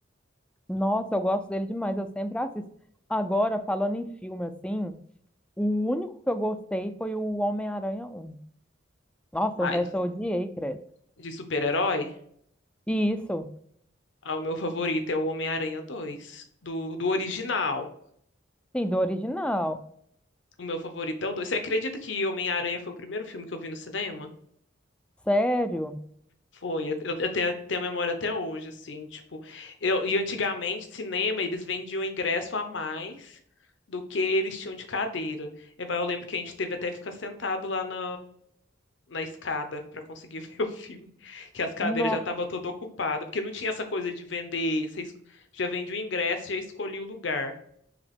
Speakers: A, in the centre; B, on the left.
A: Nossa, eu gosto dele demais, eu sempre assisto. Agora, falando em filme assim, O único que eu gostei foi o Homem-Aranha um Nossa,
B: Ah,
A: o resto
B: de,
A: eu odiei, credo.
B: de super-herói?
A: E isso,
B: Ah, o meu favorito é o Homem-Aranha dois do, do original.
A: sim, do original.
B: O meu favorito é o dois Você acredita que Homem-Aranha foi o primeiro filme que eu vi no cinema?
A: Sério?
B: Foi, eu, eu tenho, tenho a memória até hoje, assim, tipo, eu, e antigamente, cinema, eles vendiam ingresso a mais do que eles tinham de cadeira. Eu, eu lembro que a gente teve até que ficar sentado lá na, na escada para conseguir <laughs> ver o filme, que as cadeiras
A: Nossa,
B: já estavam todas ocupadas, porque não tinha essa coisa de vender, você es- já vende o ingresso, já escolhi o lugar.